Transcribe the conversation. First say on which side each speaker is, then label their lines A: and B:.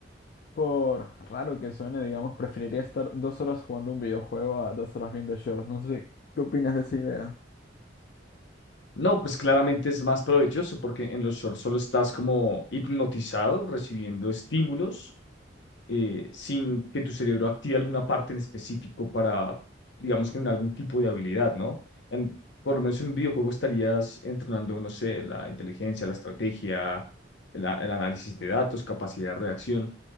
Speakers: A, on the left; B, on the left.
A: por raro que suene, digamos, preferiría estar dos horas jugando un videojuego a dos horas viendo shorts. No sé, ¿qué opinas de esa idea?
B: no, pues claramente es más provechoso porque en los shorts solo estás como hipnotizado, recibiendo estímulos eh, sin que tu cerebro active alguna parte en específico para, digamos, que en algún tipo de habilidad, ¿no? En, por lo menos en un videojuego estarías entrenando, no sé, la inteligencia, la estrategia, el, a- el análisis de datos, capacidad de reacción.